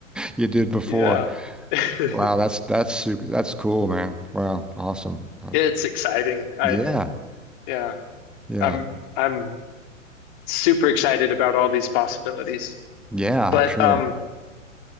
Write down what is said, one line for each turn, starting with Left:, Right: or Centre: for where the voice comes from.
Centre: you did before.
Left: yeah, <laughs>
Centre: Wow, that's that's su- that's cool, man. Wow, awesome. Uh,
Left: it's exciting. I
Centre: yeah,
Left: yeah,
Centre: yeah,
Left: I'm. I'm super excited about all these possibilities.
Centre: yeah.
Left: But
Centre: I'm sure.
Left: um,